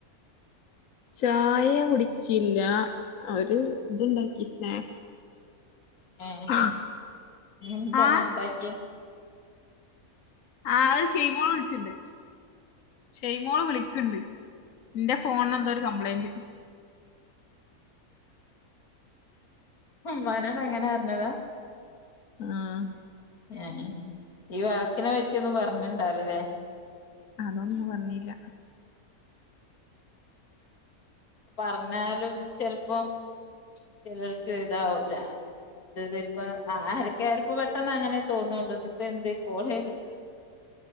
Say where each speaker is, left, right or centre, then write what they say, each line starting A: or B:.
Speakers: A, on the left; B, on the left.
A: ചായ കുടിച്ചില്ല അവര് ഇതുണ്ടാക്കി സ്നാക്സ്.
B: ആഹ്
A: ആ
B: എന്താണ്
A: ആ
B: എണ്ടാക്കിയേ
A: ആഹ് അത് സീമോള് വിളിച്ചിണ്ട്. ഷെയ്മോള് വിളിക്കെണ്ട് ഇന്റെ ഫോണിന് എന്തോ ഒരു കംപ്ലൈന്റ്.
B: ഉമ്മാനോട് അങ്ങനെ പറഞ്ഞതാ
A: ആഹ്
B: ഏഹ് ഈ വർക്കിനെ പറ്റിയൊന്നും പറഞ്ഞിണ്ടാവിലല്ലേ
A: അതൊന്നും ഞാൻ പറഞ്ഞില്ല
B: പറഞ്ഞാലും ചെലപ്പോ ചെലർക്ക് ഇതാവൂല ഉം ദിതിപ്പ ആര്ക്കായാലും ഇപ്പൊ പെട്ടെന്ന് അങ്ങനെ തോന്നുള്ളൂ. ഇതിപ്പ എന്തെ കോൾ ചെയ്തി